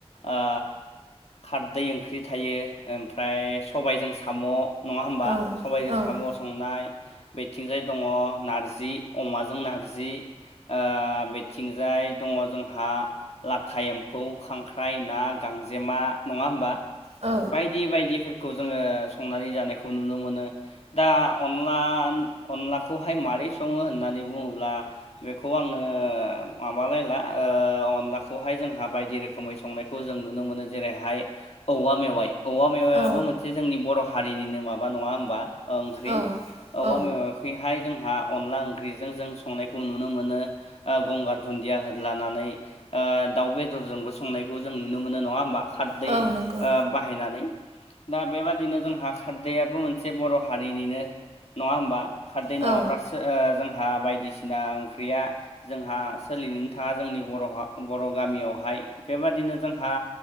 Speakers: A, on the left; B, on the right.
A: ओ खारदै ओंख्रि थायो ओमफ्राय सबायजों साम नङा होमबा
B: औ
A: सबाइजों
B: औ
A: साम संनाय बेथिंजाय दङ नारजि अमाजों नारजि ओ बेथिंजाय दङ जों हा लाथा एम्फौ खांख्राइ ना गांजेमा नङा होमबा
B: औ
A: बायदि बायदिफोरखौ जोङो संनानै जानायखौ नुनो मोनो दा अनला अनलाखौहाय मारोरै सङो होननानै बुङोब्ला बेखौ आङो माबालायला ओ अनलाखौहाय जोंहा बायदि रोखोमै संनायखौ जों नुनो मोनो जेरैहाय औवा मेवाइ औवा मेवायाबो
B: औ
A: मोनसे जोंनि बर‌ हारिनिनो माबा नङा होमबा ओंख्रि
B: औ
A: औवा
B: औ
A: मेवायखैहाय जोंहा अनला ओंख्रिजों जों संनायखौ नुनो मोनो ओ गंगार दुन्दिया हो लानानै ओ दाउ बेदरजोंबो संनायखौ जों नुनो मोनो नङा होमबा खारदै
B: औ
A: ओ
B: नंगौ
A: बाहायनानै दा बेबादिनो जोंहा खारदैयाबो मोनसे बर' हारिनिनो नङा होमबा खारदै
B: औ
A: नङाब्ला सो ओ जोंहा बायदिसिना ओंख्रिया जोंहा सोलिनो हा जोंनि बर बर गामियावहाय बेबादिनो जोंहा